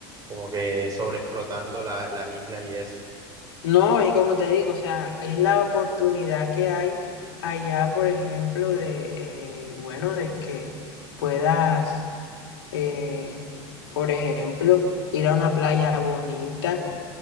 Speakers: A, on the right; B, on the left.
A: como que sobreexplotando la- las islas y eso.
B: no, y como te digo, o sea, es la oportunidad que hay allá, por ejemplo, de, eh, bueno, de que puedas eh, por ejemplo, ir a una playa bonita,